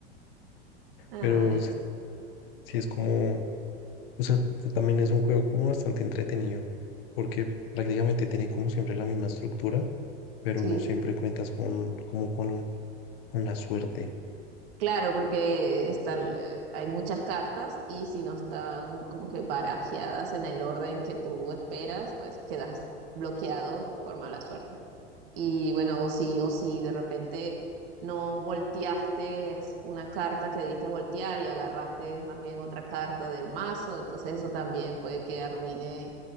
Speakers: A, on the right; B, on the left.
A: Ay,
B: Pero s- sí es como, o sea, también es un juego como bastante entretenido, porque prácticamente tiene como siempre la misma estructura pero
A: sí.
B: no siempre cuentas con, como con, con la suerte.
A: Claro, porque están, eh, hay muchas cartas y si no están como que barajeadas en el orden que tú esperas, pues quedas bloqueado por mala suerte. Y bueno, o si, o si de repente no volteaste una carta que debiste voltear y agarraste más bien otra carta del mazo, entonces eso también puede que arruine